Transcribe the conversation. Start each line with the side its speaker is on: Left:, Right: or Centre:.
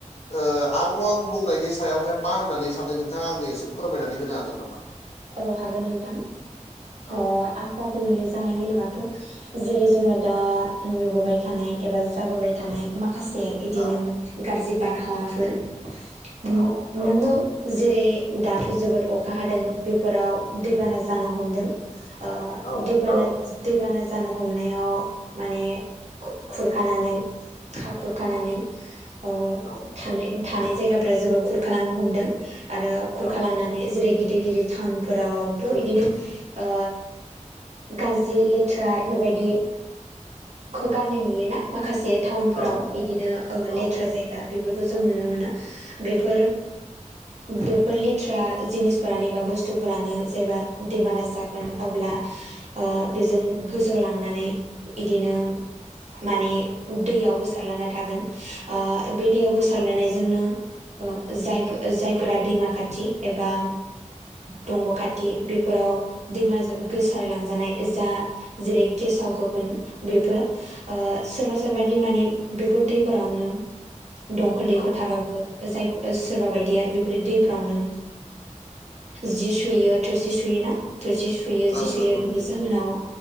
Left: ओ आबहावा गुबुंनायनि सायावहाय मा होननानै सानदों नोंथाङा आंनो एसे फोरमायनानै होनो हागोन नामा? <inaudible>
Right: औ हागोन नोंथां
Left: औ
Right: ओ आबहावा गुबुंले जानाय होनोबाथ' जेरै जोङो दा नुबोबाय थानाय एबा जाबोबाय थानाय माखासे इदिनो
Left: औ
Right: गाज्रि बारहावाफोर नो
Left: औ
Right: नोंगौ जेरै दाथ' जोबोद अखा हादों बेफोराव दैबाना जानो हमदों। ओ
Left: औ
Right: दै बाना दैबाना जानो हमनायाव माने खु खुरखानानै हा खुरखानानै अ
Left: औ
Right: थानाय थानाय जायगाफोरा जोबोद खुरखालांनो हमदों आरो खुरखालांनानै
Left: औ
Right: जेरै गिदिर गिदिर टाउनफोरावथ' इदिनो ओ गाज्रि लेथ्रा बेफोरबायदि खौ गारनाय नुयोना माखासे टाउनफोराव
Left: औ
Right: इदिनो ओ लेथ्रा
Left: औ
Right: जायगा बेफोरखौ जों नुनो मोनो बेफोर बेफोर लेथ्रा जिनिसफोरानो एबा बुस बुस्थुफोरानो जेब्ला दैबाना जागोन अब्ला बेजों गोजौ लांनानै इदिनो माने दैयाव गोसारलाना थागोन ओ बे दैयाव गोसारलानायजोंनो जायफो जायफोरा दैमा खाथि एबा दंग' खाथि बेफोराव दैमा गोसारलांजानाय जा जेरै गेसाव गोफोन बेफो ओ सोरबा सोरबा दैमानि बेफोर दैफोरावनो दंखल दैखर
Left: औ
Right: थाबाबो जाय सोरबा बायदिया बेफोर दैफ्रावनो जि सुयो थोरसि सुयोना थोरसि सुयो
Left: औ
Right: जि सुयो
Left: नंगौ
Right: बिदि जाहोनाव